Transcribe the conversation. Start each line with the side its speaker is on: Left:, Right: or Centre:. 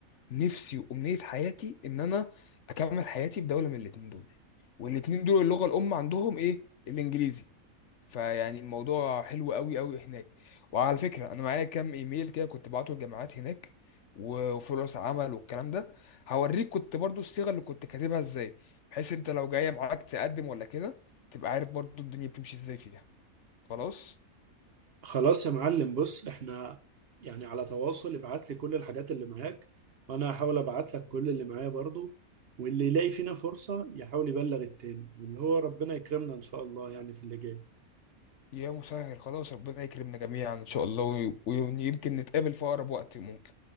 Left: نفسي وامنيه حياتي ان انا اكمل حياتي في دوله من الاتنين دول والاتنين دول اللغه الام عندهم ايه الانجليزي فيعني الموضوع حلو قوي قوي هناك وعلى فكرة انا معايا كام ايميل كده كنت بعته لجامعات هناك و- وفرص عمل والكلام ده هوريك كنت برضو الصيغة اللي كنت كاتبها ازاي بحيث انت لو جاية معاك تقدم ولا كده تبقى عارف برضو الدنيا بتمشي ازاي فيها خلاص
Right: خلاص يا معلم بص احنا يعني على تواصل ابعت لي كل الحاجات اللي معاك وانا هحاول ابعت لك كل اللي معايا برضو واللي يلاقي فينا فرصة يحاول يبلغ التاني واللي هو ربنا يكرمنا ان شاء الله يعني في اللي جاي
Left: يا مسهل خلاص ربنا يكرمنا جميعا ان شاء الله وي- ويمكن نتقابل في اقرب وقت ممكن